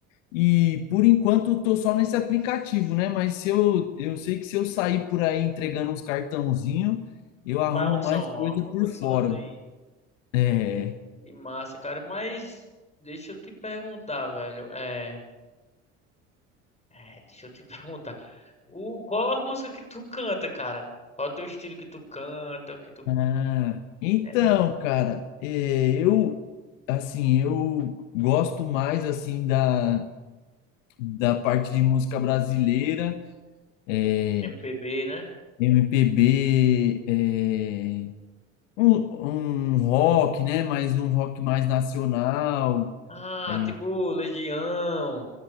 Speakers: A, on the left (about 70°); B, on the left (about 15°).
A: E por enquanto eu tô só nesse aplicativo, né? Mas se eu, eu sei que se eu sair por aí entregando uns cartãozinho, eu arrumo
B: faz um som,
A: mais
B: ó.
A: coisa
B: Arruma
A: por
B: um sonzinho.
A: fora. É.
B: Que massa, cara. Mas deixa eu te perguntar, velho. É, é, deixa eu te <laughs> perguntar. O, qual a música que tu canta, cara? Qual é o teu estilo que tu canta? Que tu...
A: Ah, então,
B: É
A: cara, é, eu assim, eu gosto mais assim da, da parte de música brasileira. é,
B: MPB, né?
A: MPB, é, um, um rock, né? Mas um rock mais nacional.
B: Ah,
A: é,
B: tipo Legião.